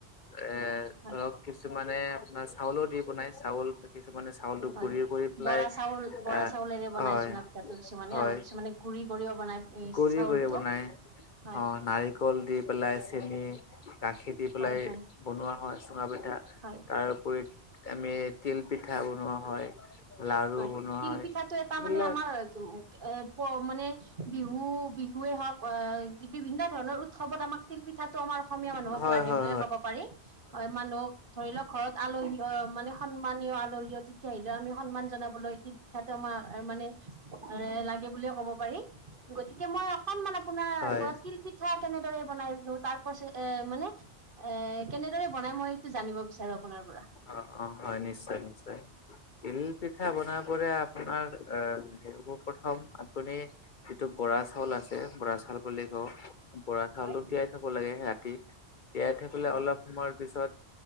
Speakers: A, on the left; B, on the right.
A: এ
B: হয়
A: ধৰক কিছুমানে আপোনাৰ চাউলো দি বনাই চাউল ত কিছুমানে চাউলটো
B: হয়
A: গুৰিও কৰি পেলাই
B: বৰা চাউল বৰা
A: এহ
B: চাউলেৰে বনাই
A: হয়
B: চুঙা পিঠাটো কিছুমানে
A: হয়
B: আৰু কিছুমানে গুৰি কৰিও বনাই
A: গুৰি
B: চাউলটো
A: কৰি ব নাই
B: হয়
A: অ নাই কল দি পেলাই চেনি গাখীৰ দি পেলাই
B: হয় হয়
A: বনোৱা হয় চুঙা পিঠা
B: হয়
A: তাৰ উপৰিত আমি তিল পিঠা বনোৱা হয় লাৰু
B: হয়
A: বনোৱা
B: তিলপিঠাটো
A: হয়
B: এটা
A: এইবিলাক
B: মানে আমাৰ কি উম এ প মানে বিহু বিহুৱে হওক আহ যি বিভিন্ন ধৰণৰ উৎসৱত আমাক তিলপিঠাটো আমাৰ অসমীয়া মানুহক
A: হয়
B: লাগে
A: হয়
B: বুলিযয়ে ক'ব পাৰি হয় মানুহ ধৰি লওক ঘৰত আলহী অ মানে সন্মানীয় আলহীও তেতিয়া আহিলেও আমি সন্মান জনাবলৈ তিল পিঠাটো আমাক এ মানে এ লাগে বুলিয়ে ক'ব পাৰি গতিকে মই অকনমান আপোনাৰ
A: হয়
B: ওপৰত তিল পিঠা কেনেদৰে বনাই ৰো তাৰ পচে এ মানে এ কেনেদৰে বনাই মই সটো জানিব বিচাৰো আপোনাৰ পৰা
A: অ অ হয় নিশ্চয় নিশ্চয় তিল পিঠা বনাবৰে আপ পোনাৰ এ সেইবোৰ প্ৰথম আপুনি যিটো বৰা চাউল আছে বৰা চাউল বুলি ত বৰা চাউলটো
B: হয়
A: তিয়াই থব লাগে ৰাতি তিয়াই থবলে
B: হয়
A: অলপ তোমাৰ পিছত